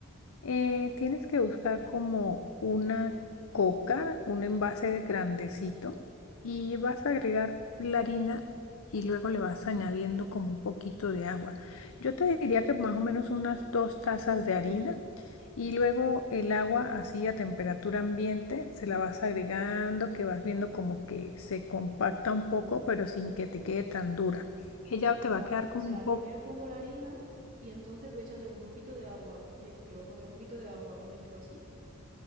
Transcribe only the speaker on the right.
Ya,
o sea,
primero
pongo la harina y entonces voy echándole un poquito de agua, lo mezclo, otro poquito de agua, lo mezclo así.